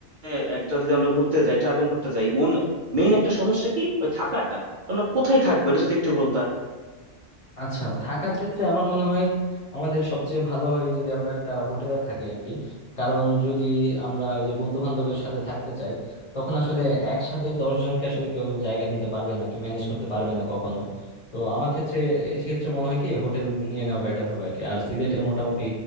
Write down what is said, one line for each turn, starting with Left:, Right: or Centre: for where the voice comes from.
Right: আহ, একটা যদি আমরা ঘুরতে যাই ট্রাভেল করতে যাই মন মেইন একটা সমস্যা কি ওই থাকাটা তো আমরা কোথায় থাকবো এটা যদি একটু বলতা
Left: আচ্ছা থাকার ক্ষেত্রে আমার মনে হয় আমাদের সবচেয়ে ভালো হয় যদি আমরা একটা হোটেলে থাকি আর কি কারণ যদি আমরা ওই যে বন্ধু বান্ধবের সাথে থাকতে চাই তখন আসলে একসাথে দশ জনকে আসলে কেউ জায়গা দিতে পারবে না আর কি ম্যানেজ করতে পারবে না কখনো তো আমার ক্ষেত্রে এই ক্ষেত্রে মনে হয় কি হোটেল নিয়ে নেওয়া বেটার হবে আর কি আর সিলেটে মোটামুটি